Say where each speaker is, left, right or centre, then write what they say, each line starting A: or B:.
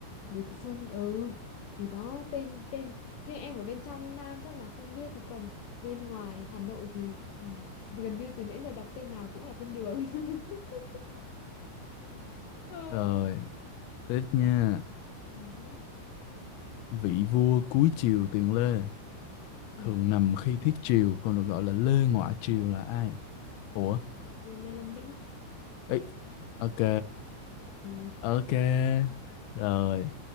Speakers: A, on the left; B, on the left.
A: Bùi Thị Xuân ừ thì đó tên tên nhưng em ở bên trong Nam chắc là không biết thì còn bên ngoài Hà Nội thì, ừ, thì gần như từ nãy giờ đọc tên nào cũng là tên đường <laughs> ừ.
B: rồi tiếp nha
A: Ừ. hứ,
B: vị vua cuối triều tiền Lê
A: ừ.
B: thường nằm khi thiết triều còn được gọi là Lê ngoại Triều là ai ủa
A: Vua Lê Long Đĩnh
B: ấy ok
A: ừ.
B: Ok, rồi